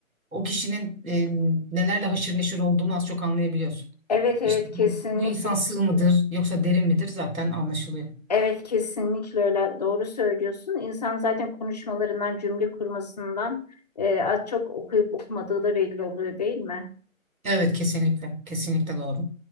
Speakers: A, on the right; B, on the left.
A: o kişinin e, nelerle haşır neşir olduğunu az çok anlayabiliyorsun.
B: Evet evet
A: İşte bu,
B: kesinlikle.
A: bu insan sığ mıdır yoksa derin midir zaten anlaşılıyor.
B: Evet kesinlikle öyle doğru söylüyorsun. İnsan zaten konuşmalarından cümle kurmasından e, az çok okuyup okumadığı da belli oluyor değil mi?
A: Evet, kesinlikle, kesinlikle doğru.